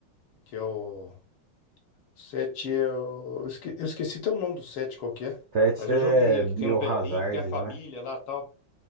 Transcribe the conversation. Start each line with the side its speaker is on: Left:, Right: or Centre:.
Left: que é o 7 é o... Eu esque- eu esqueci até o nome do 7 qual que é.
Right: Tete
Left: Mas eu
Right: é
Left: joguei ele,
Right: Biohazard,
Left: que tem um velhinho, que tem a família
Right: não é?
Left: lá tal.